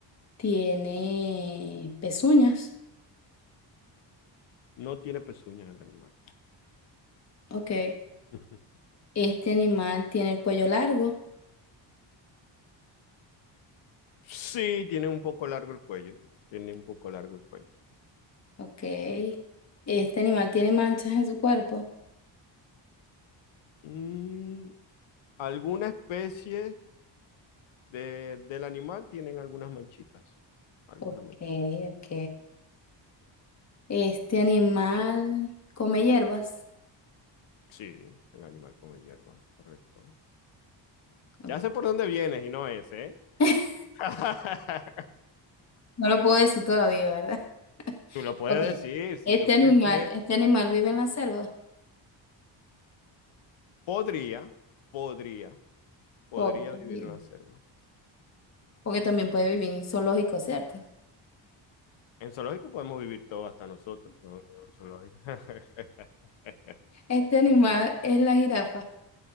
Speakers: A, on the left (about 35°); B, on the left (about 85°).
A: tiene pezuñas.
B: No tiene pezuñas el animal.
A: Ok.
B: <laughs>
A: Este animal tiene el cuello largo.
B: Sí, tiene un poco largo el cuello. Tiene un poco largo el cuello.
A: Ok. Este animal tiene manchas en su cuerpo.
B: Mm, alguna especie de- del animal tienen algunas manchitas. Algunas
A: Ok,
B: manchitas.
A: ok. Este animal come hierbas.
B: Sí, el animal come hierbas, correcto.
A: No
B: Ya sé por dónde vienes y no es, ¿eh?
A: <laughs>
B: <laughs>
A: No lo puedo decir todavía, ¿verdad?
B: Tú lo puedes
A: Ok.
B: decir, si
A: Este
B: tú
A: animal,
B: crees que es-
A: este animal vive en la selva.
B: podría, podría, podría
A: Por- bien.
B: vivir en la selva.
A: Porque también puede vivir en zoológico, ¿cierto?
B: En zoológico podemos vivir todo hasta nosotros, ¿no? En un zoológico. <laughs>
A: Este animal es la jirafa.